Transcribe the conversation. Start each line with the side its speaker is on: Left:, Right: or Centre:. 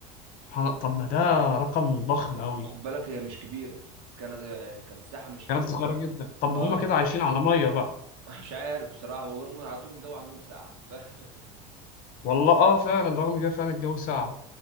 Left: سبحان الله طب ما ده رقم ضخم قوي
Right: خد بالك هي مش كبيره كندا يعني كمساحه مش كبيره
Left: كانت صغيره جدا طب
Right: اه
Left: هما كده عايشين على ميه بقى
Right: <laughs> مش عارف بصراحة ورغم ان على طول الجو عندهم ساقع ف <laughs>
Left: والله اه فعلا رغم كده فعلا الجو ساقع